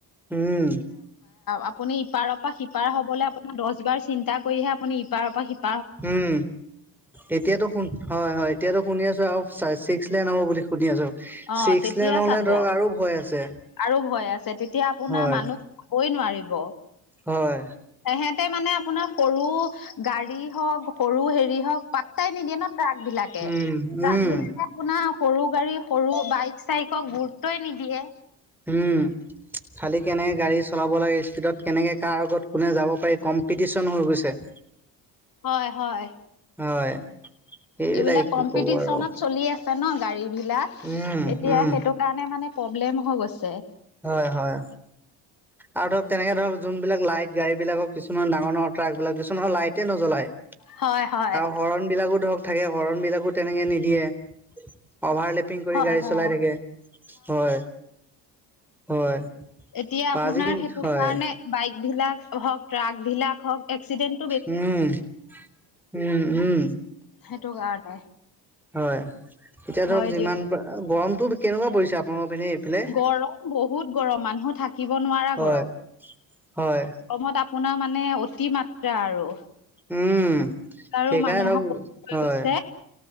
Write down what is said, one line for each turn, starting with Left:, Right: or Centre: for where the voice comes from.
Centre: উম।
Left: আপুনি ইপাৰৰ পৰা সিপাৰ হবলৈ আপোনি দশ বাৰ চিন্তা কৰিহে আপুনি ইপাৰৰ পা শিপাৰ
Centre: উম, এতিয়াতো হয় হয় এতিয়াতো শুনি আছো আৰু ছিক্সলেন হ'ব বুলি শুনি আছো।
Left: অ
Centre: ছিক্স
Left: তেতিয়া
Centre: লেন হলে
Left: চাব
Centre: ধৰক আৰু ভয় আছে
Left: আৰু ভয় আছে, তেতিয়া আপোনাৰ
Centre: হয়
Left: মানুহ কবই নোৱাৰিব।
Centre: হয়
Left: তেহেতে মানে আপোনাৰ সৰু গাড়ী হওঁক, সৰু হেৰি হওঁক, পাত্তাই নিদিয়ে ন ট্ৰাক বিলাক কে,
Centre: উম
Left: ট্ৰাক
Centre: উম
Left: বিলাকে আপোনাৰ সৰু গাড়ী সৰু বাইক চাইকক গুৰুত্বই নিদিয়ে।
Centre: হুমঁ, খালী কেনেকৈ গাড়ী চলাব লাগে, স্পীডতকেনেকৈ কাৰ আগত কোনে যাব পাৰি কম্পিটিশন হৈ গৈছে।
Left: হয় হয়।
Centre: হয়। সেইবিলাকে
Left: এইবিলাক
Centre: কি
Left: কম্পিটিচনত
Centre: কব আৰু
Left: চলি আছে ন গাড়ী বিলাক।
Centre: উম
Left: এতিয়া
Centre: উম
Left: সেইটো কাৰণে মানে প্ৰব্লেম হৈ গৈছে।
Centre: হয় হয়। আৰু ধৰক তেনেকে ধৰক যোনবিলাক লাইট, গাড়ী বিলাকক কিছুমান ডাঙৰ-ডাঙৰ ট্ৰাক বিলাক কিছুমানৰ লাইটে নজ্বলাই।
Left: হয় হয়।
Centre: শৰণবিলাকো ধৰক থাকে, শৰণবিলাকো তেনেকৈ নিদিয়ে। অভাৰ লেপিং কৰি
Left: হয়
Centre: গাড়ী
Left: হয়
Centre: চলাই থাকে হয়। হয়
Left: এতিয়া
Centre: পাজি
Left: আপোনাৰ
Centre: কিন
Left: সেইটো
Centre: হয়
Left: কাৰণে- বাইক বিলাক হওঁক, ট্ৰাক বিলাক হওঁক, এক্সিডেণ্ট-
Centre: উমঁ, উমঁ-উমঁ।
Left: সেটো কাৰণে।
Centre: হয়, এতিয়া
Left: হয়
Centre: ধৰক যিমান
Left: দিয়ক
Centre: গৰমতটো কেনেকুৱা পৰিছে আপোনালোকৰ এইফালে পিনে?
Left: গৰম বহুত গৰম মানুহ থাকিব নোৱাৰা
Centre: হয়
Left: গৰম।
Centre: হয়
Left: অসমত আপোনাৰ মানে অতি মাত্ৰা আৰু।
Centre: উমঁ
Left: আৰু
Centre: সেইকাৰণে
Left: মানুহক হৈ
Centre: হয়।
Left: গৈছে